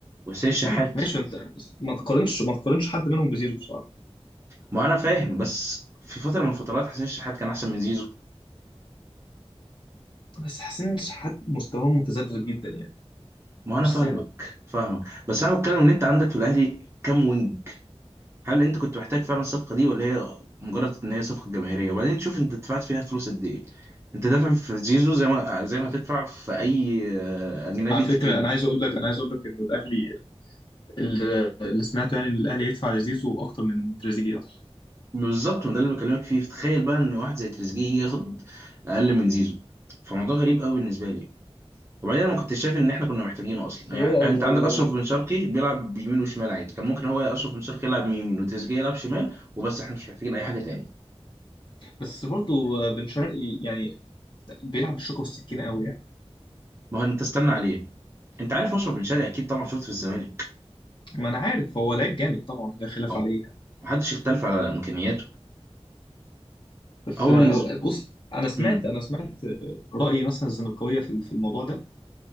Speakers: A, on the right (about 25°); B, on the left (about 45°).
A: وحسين الشحات
B: طبعا ماشي انت ما تقارنش ما تقارنش حد منهم بزيزو بصراحه
A: ما انا فاهم بس في فتره من الفترات حسين الشحات كان احسن من زيزو
B: بس حسين شحات مستواه متذبذب جدا يعني
A: ما انا
B: مش
A: فاهمك
B: ثابت
A: فاهمك بس انا بتكلم ان انت عندك في الاهلي كام وينج هل انت كنت محتاج فعلا الصفقه دي ولا هي مجرد ان هي صفقه جماهيريه وبعدين تشوف انت دفعت فيها فلوس قد ايه انت دافع في زيزو زي ما زي ما هتدفع في اي آه، اجنبي
B: على
A: تقيل
B: فكره انا عايز اقول لك انا عايز اقول لك انه الاهلي اللي اللي سمعته يعني ان الاهلي هيدفع لزيزو اكتر من تريزيجيه اصلا
A: بالظبط وده اللي بكلمك فيه تخيل بقى ان واحد زي تريزيجيه يجي ياخد اقل من زيزو فموضوع غريب قوي بالنسبه لي وبعدين أنا ما كنتش شايف ان احنا كنا محتاجينه اصلا
B: بس هو
A: يعني انت
B: هو
A: عندك اشرف
B: هو
A: بن شرقي بيلعب بيمين وشمال عادي كان ممكن هو يا اشرف بن شرقي يلعب يمين وتريزيجيه يلعب شمال وبس احنا مش محتاجين اي حاجه تاني
B: بس برضو بن شرقي يعني بيلعب بالشوكه والسكينه قوي يعني
A: ما هو انت استنى عليه انت عارف اشرف بن شرقي اكيد طبعا شفته في الزمالك
B: ما انا عارف هو لعيب جامد طبعا لا خلاف
A: اه
B: عليه يعني
A: محدش يختلف على امكانياته
B: بس
A: هو بالنسبه
B: بص انا سمعت
A: امم
B: انا سمعت راي مثلا الزملكاويه في في الموضوع ده